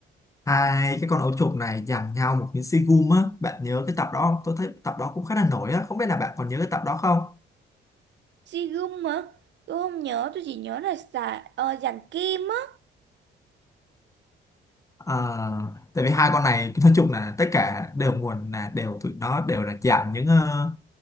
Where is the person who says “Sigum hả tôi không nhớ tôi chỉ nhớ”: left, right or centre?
Right